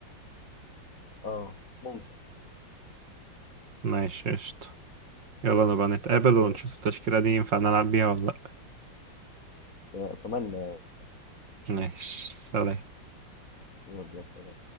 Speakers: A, on the left (about 45°); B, on the right (about 70°).
A: اه ممكن
B: ماشي قشطة يلا نبقى نتقابل ونشوف
A: ماشي
B: التشكيلة دي ينفع نلعب بيها ولا لأ
A: اتمنى يعني
B: ماشي سلام
A: يلا سلام